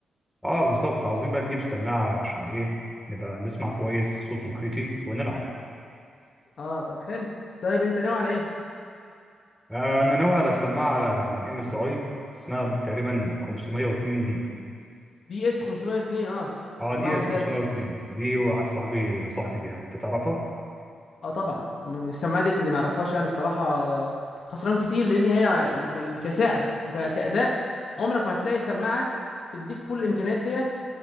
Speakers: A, in the centre; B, on the left.
A: اه بالظبط عاوزين بقى نجيب سماعه عشان ايه نبقى نسمع كويس صوت محيطي ونلعب
B: اه طب حلو طيب انت ناوي على ايه
A: آه انا ناوي على سماعه من ام اس اي اسمها تقريبا 502 دي
B: دي اس 502 اه
A: اه
B: سماعه
A: دي اس
B: ممتازه
A: 502 دي واحد صاحبي نصحني بيها أنت تعرفها
B: اه طبعا من السماعه ديت اللي ما يعرفهاش يعني الصراحه آه، خسران كتير لان هي كسعر وكاداء عمرك ما هتلاقي سماعه تديك كل الامكانيات ديت